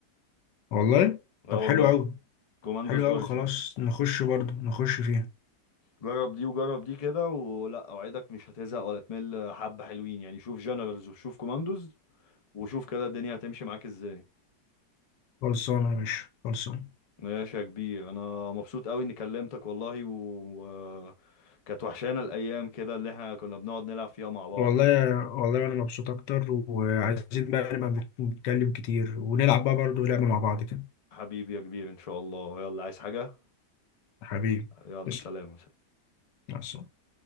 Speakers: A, on the left (about 85°); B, on the left (about 35°).
A: والله
B: اه
A: طب حلو
B: والله
A: قوي
B: كوماندوز
A: حلو
B: اوريجينز
A: قوي خلاص نخش برضو نخش فيها
B: جرب دي وجرب دي كده ولا اوعدك مش هتزهق ولا تمل حبة حلوين يعني شوف جنرالز وشوف كوماندوز وشوف كده الدنيا هتمشي معاك ازاي
A: خلصانه يا باشا خلصانه
B: ماشي يا كبير انا مبسوط قوي اني كلمتك والله و... كانت وحشانا الايام كده اللي احنا كنا بنقعد نلعب فيها مع بعض
A: والله يا- والله انا مبسوط اكتر وعايزين بقى نبقى بنتكلم كتير ونلعب بقى برضو لعبه مع بعض كده
B: حبيبي يا كبير ان شاء الله يلا عايز حاجة
A: حبيبي
B: يلا
A: تسلم
B: سلام
A: مع السلامة.